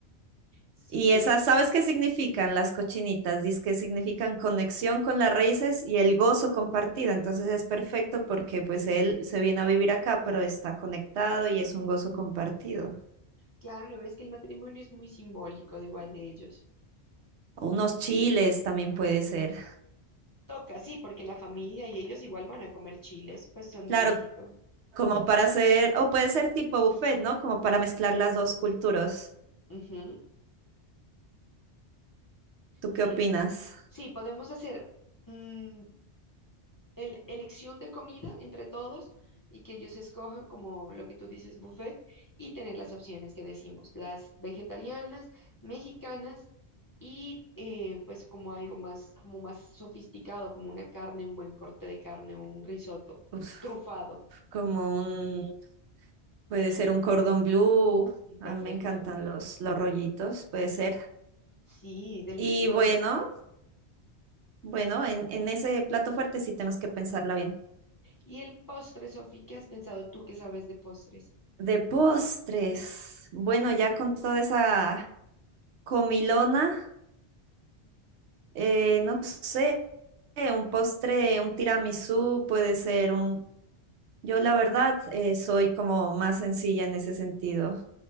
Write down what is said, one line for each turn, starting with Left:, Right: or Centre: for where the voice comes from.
Left: Sí,
Right: Y esas, ¿sabes qué significan las cochinitas? Dice que significan conexión con las raíces y el gozo compartido. Entonces es perfecto porque pues él se viene a vivir acá, pero está conectado y es un gozo compartido.
Left: claro, es que el matrimonio es muy simbólico de igual de ellos.
Right: O unos chiles también puede ser.
Left: Toca, sí, porque la familia y ellos igual van a comer chiles, pues son
Right: Claro,
Left: de México.
Right: como para hacer, o puede ser tipo buffet, ¿no? Como para mezclar las dos culturas.
Left: Ujú.
Right: ¿Tú qué
Left: Sí,
Right: opinas?
Left: sí, podemos hacer mm, el- elección de comida entre todos y que ellos escojan como lo que tú dices, buffet, y tener las opciones que decimos, las vegetarianas, mexicanas y eh, pues como algo más, como más sofisticado, como una carne, un buen corte de carne o un risotto
Right: Uf,
Left: trufado.
Right: como un, puede ser un cordón blue. A
Left: Perfecto.
Right: mí me encantan los, los rollitos, puede ser.
Left: Sí, delicioso.
Right: Y bueno, bueno, en, en ese plato fuerte sí tenemos que pensarla bien.
Left: ¿Y el postre, Sofi? ¿Qué has pensado tú que sabes de postres?
Right: De postres. Bueno, ya con toda esa comilona, eh, no sé, un postre, un tiramisú, puede ser un, Yo la verdad eh, soy como más sencilla en ese sentido,